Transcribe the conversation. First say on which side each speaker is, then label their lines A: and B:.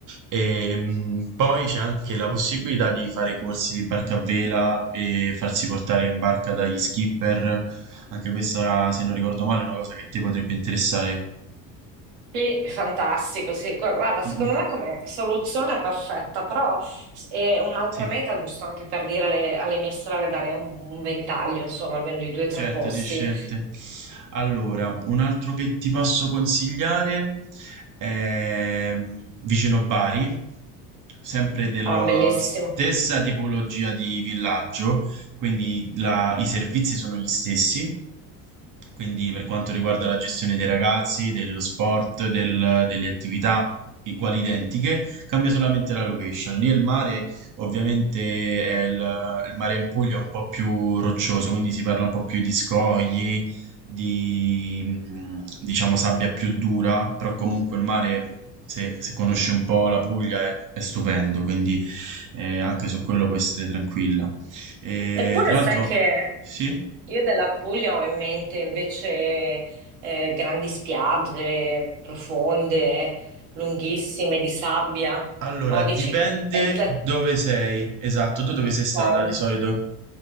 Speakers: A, on the right; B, on the right.
A: E mh, poi c'è anche la possibilità di fare corsi di barca a vela e farsi portare in barca dagli skipper. Anche questa, se non ricordo male, è una cosa che ti potrebbe interessare.
B: Sì, fantastico. Sì. Gu- Guarda, secondo
A: Mm, mm.
B: me come soluzione è perfetta, però s- è un'altra
A: Sì.
B: meta, giusto anche per dire alle, alle mie sorelle, dare un, un ventaglio, insomma, almeno di due o tre
A: Certo,
B: posti.
A: di scelte. Allora, un altro che ti posso consigliare è mm, vicino Bari, sempre della
B: Ah, bellissimo.
A: stessa tipologia di villaggio, quindi la- i servizi sono gli stessi, quindi per quanto riguarda la gestione dei ragazzi, dello sport, del- delle attività, i- quali identiche, cambia solamente la location. Lì il mare Ovviamente è il, il mare in Puglia è un po' più roccioso, quindi si parla un po' più di scogli, di mm, diciamo sabbia più dura, però comunque il mare, se, se conosci un po' la Puglia, è, è stupendo, quindi eh, anche su quello puoi essere tranquilla. E,
B: Eppure
A: tra
B: sai
A: l'altro,
B: che
A: sì.
B: Io della Puglia ho in mente invece eh, grandi spiagge profonde, lunghissime, di sabbia.
A: Allora,
B: No,
A: dipende
B: dici che è il pla-
A: dove sei, esatto, tu dove
B: Ok.
A: sei stata di solito?